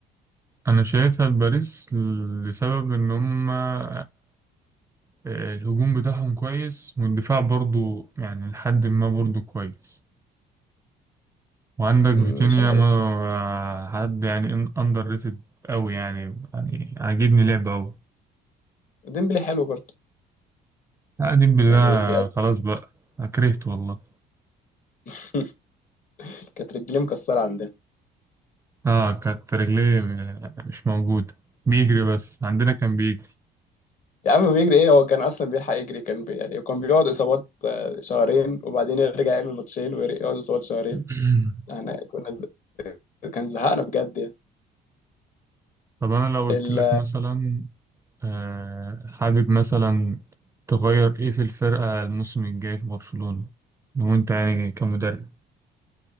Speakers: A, on the right; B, on the left.
A: انا شايفها باريس لسبب ان هم آه، آه، الهجوم بتاعهم كويس والدفاع برضه يعني لحد ما برضه كويس وعندك
B: مم،
A: فيتينيا
B: مش عارف
A: ما حد يعني اندر ريتد قوي يعني يعني عاجبني لعبه قوي
B: ديمبلي حلو برضه
A: قاعدين بالله
B: يعني بيقدم
A: خلاص بقى أنا كرهت والله
B: <laughs> كانت رجليه مكسره عندنا
A: اه كانت رجليه م- مش موجوده بيجري بس عندنا كان بيجري
B: يا عم بيجري ايه هو كان اصلا بيلحق يجري كان بي... يعني كان بيقعد اصابات آه، شهرين وبعدين يرجع يعمل ماتشين ويقعد اصابات شهرين
A: <clears throat>
B: احنا كنا ز- كان زهقنا بجد يعني
A: طب انا لو قلت
B: ال...
A: لك مثلا آه، حابب مثلا تغير ايه في الفرقه الموسم الجاي في برشلونه لو انت يعني كمدرب